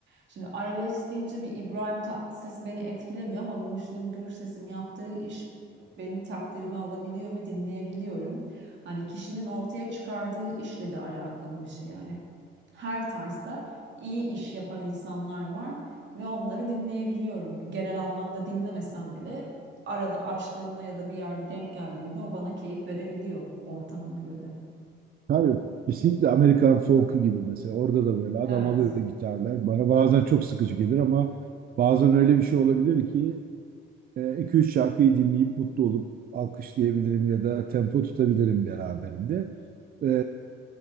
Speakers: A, on the right; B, on the right.
A: Şimdi arabesk deyince bir İbrahim Tatlıses beni etkilemiyor ama bir Müslüm Gürses'in yaptığı iş benim takdirimi alabiliyor ve dinleyebiliyorum. Hani kişinin ortaya çıkardığı işle de alakalı bir şey yani. Her tarzda iyi iş yapan insanlar var ve onları dinleyebiliyorum. Genel anlamda dinlemesem bile arada açtığımda ya da bir yerde denk geldiğinde o bana keyif verebiliyor ortamına göre.
B: Tabii kesinlikle Amerikan folk'u gibi mesela. Orada da böyle adam
A: Evet.
B: alıyor gitarlar. Bana bazen çok sıkıcı gelir ama bazen öyle bir şey olabilir ki e, iki üç şarkıyı dinleyip mutlu olup alkışlayabilirim ya da tempo tutabilirim beraberinde. E,